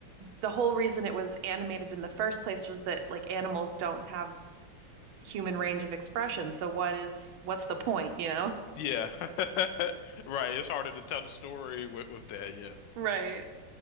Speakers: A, on the right; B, on the left.
A: the whole reason it was animated in the first place was that like animals don't have human range of expression. So what is what's the point, you know?
B: Yeah. <laughs> Right. It's harder to tell the story with, with that. Yeah.
A: <laughs> Right.